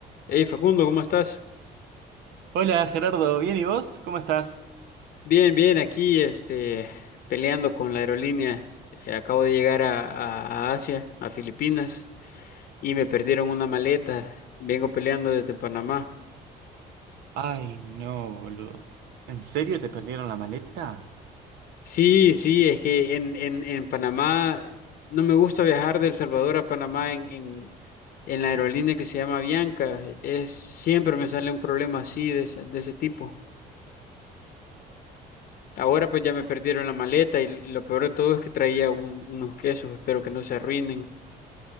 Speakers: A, on the left; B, on the right.
A: Hey Facundo, ¿cómo estás?
B: Hola Gerardo, ¿bien y vos? ¿Cómo estás?
A: Bien, bien, aquí este, peleando con la aerolínea. Eh, acabo de llegar a, a- a Asia, a Filipinas, y me perdieron una maleta. Vengo peleando desde Panamá.
B: Ay, no, boludo. ¿En serio te perdieron la maleta?
A: Sí, sí, es que en, en, en Panamá no me gusta viajar de El Salvador a Panamá en, en, en la aerolínea que se llama Bianca. Es, siempre me sale un problema así de, ese- de ese tipo. Ahora pues ya me perdieron la maleta y lo peor de todo es que traía un- unos quesos, espero que no se arruinen.